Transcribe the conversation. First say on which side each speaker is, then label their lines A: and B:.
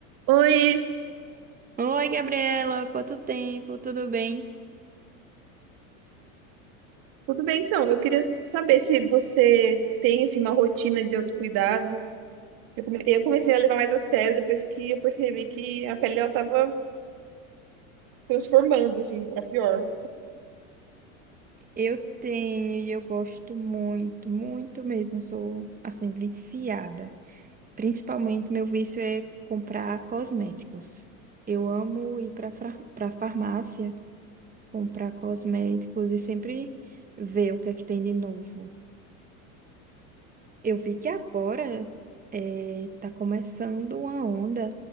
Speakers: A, on the right (about 55°); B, on the right (about 20°).
A: Oi,
B: Oi, Gabriela, quanto tempo? Tudo bem?
A: tudo bem então? Eu queria saber se você tem assim, uma rotina de autocuidado. Eu comecei, eu comecei a levar mais a sério depois que eu percebi que a pele ela tava transformando assim para pior.
B: Eu tenho e eu gosto muito, muito mesmo. Sou assim viciada. Principalmente meu vício é comprar cosméticos. Eu amo ir para para farmácia comprar cosméticos e sempre ver o que é que tem de novo. Eu vi que agora eh, tá começando uma onda